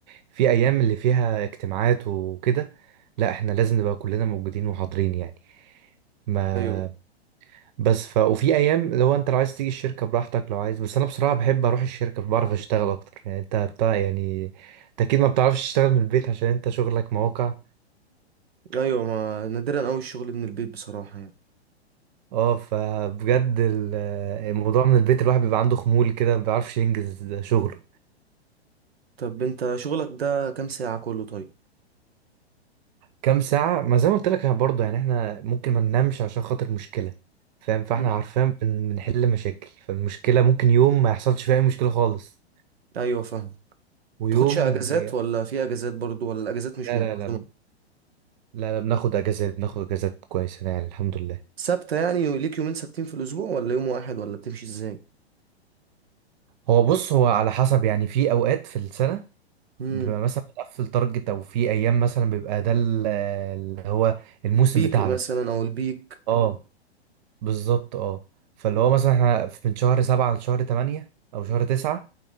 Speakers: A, on the right; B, on the right.
A: في ايام اللي فيها اجتماعات وكده لا احنا لازم نبقى كلنا موجودين وحاضرين يعني ما
B: ايوه
A: بس ف وفي ايام لو انت لو عايز تيجي الشركة براحتك لو عايز بس انا بصراحة بحب اروح الشركة بعرف اشتغل اكتر يعني انت بتاع يعني انت اكيد ما بتعرفش تشتغل من البيت عشان انت شغلك مواقع
B: ايوه ما نادرا قوي الشغل من البيت بصراحه يعني
A: اه فبجد ال- الموضوع من البيت الواحد بيبقى عنده خمول كده ما بيعرفش ينجز شغله
B: طب انت شغلك ده كام ساعه كله طيب
A: كام ساعة ما زي ما قلت لك احنا برضه يعني احنا ممكن ما ننامش عشان خاطر مشكلة فاهم فاحنا
B: مم.
A: عارفين بن- بنحل مشاكل فالمشكلة ممكن يوم ما يحصلش فيها أي مشكلة خالص
B: ايوه فاهم
A: ويوم
B: تاخدش اجازات
A: لا
B: ولا في اجازات برضو ولا الاجازات مش
A: لا
B: منتظمه
A: لا لا, لا بناخد اجازات بناخد اجازات كويسة يعني الحمد لله
B: ثابته يعني ليك يومين ثابتين في الاسبوع ولا يوم واحد ولا بتمشي ازاي
A: هو بص هو على حسب يعني في اوقات في السنة
B: امم
A: بيبقى مثلا بنقفل تارجت او في ايام مثلا بيبقى ده ال- اللي هو الموسم
B: البيك
A: بتاعنا
B: مثلا او البيك
A: اه بالظبط اه فاللي هو مثلا احنا في- من شهر سبعة لشهر تمانية أو شهر تسعة